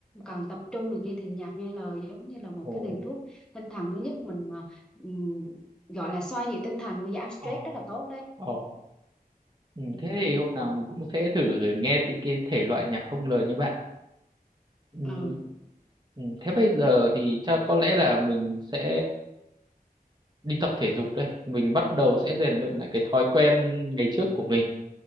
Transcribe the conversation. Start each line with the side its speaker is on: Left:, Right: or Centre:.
Centre: còn tập trung này kia thì nhạc nghe lời giống như là một
Right: ồ
Centre: cái liều thuốc tinh thần nó giúp mình mà ừm, gọi là xoa dịu tinh thần và giảm stress
Right: ồ
Centre: rất là tốt đấy
Right: ồ ừ.
Centre: ừ
Right: thế thì hôm nào mình cũng sẽ thử nghe cái, cái thể loại nhạc không lời như bạn ừ.
Centre: ừ
Right: ừ. thế bây giờ thì chắc có lẽ là mình sẽ đi tập thể dục đây mình bắt đầu sẽ rèn luyện lại cái thói quen ngày trước của mình